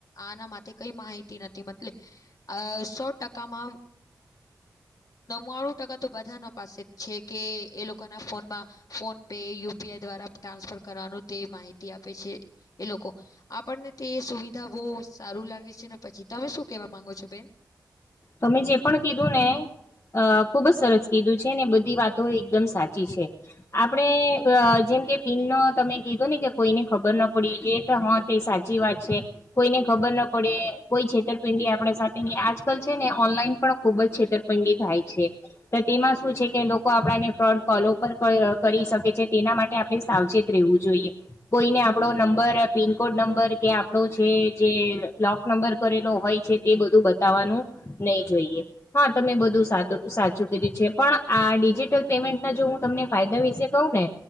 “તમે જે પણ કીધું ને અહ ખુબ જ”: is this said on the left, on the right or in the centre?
Left